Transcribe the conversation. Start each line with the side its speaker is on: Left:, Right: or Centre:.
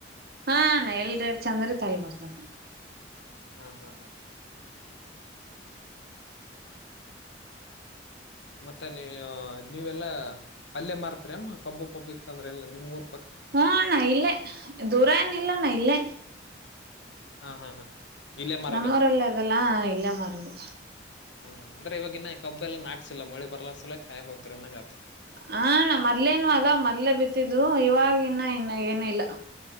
Right: ಹಾ ಎಲ್ರ ಎಡ್ ಚಂದ್ರ ಅಲ್ ಬರ್ತಾನ
Left: ಹಾ ಹಾ ಹಾ ಮತ್ತೆ ನೀ ನೀವೆಲ್ಲಾ ಅಲ್ಲೆ ಮಾರ್ತ್ರಿ ಅಮ್ಮ ಕಬ್ಬು ಪಬ್ಬು ಇತ್ತಂದ್ರೆ ಎಲ್ಲಾ ನಿಮ್ರ್
Right: ಹ್ಮಣ ಇಲ್ಲೇ ದೂರ ಏನ ಇಲ್ಲಣ ಇಲ್ಲೇ
Left: ಹಾ ಹಾ ಹಾ ಇಲ್ಲೇ ಮಾರದು
Right: ನಮ್ಮ ಊರಲ್ಲ ಅದಲ್ಲಾ ಇಲ್ಲೆ ಮಾರದು
Left: ಹ ಅಂದ್ರೆ ಇವಾಗೆನ್ ಇ ಕಬ್ಬ ಎಲ್ಲ ನಾಟ್ಸಿಲ್ಲ ಮಳಿ ಬರ್ಲ ಸಲುವಾಗಿ ಖಾಯಂ ಹೋಗತೀರಿ ಅಂದಂಗ ಆಯ್ತು
Right: ಹಾ ಮೊದ್ಲೇನು ಅದಾವ್ ಮೊದ್ಲೆೇ ಬಿತ್ತಿದು ಇವವಾಗಿ ಇನ್ನ ಇನ್ನ ಏನಿಲ್ಲಾ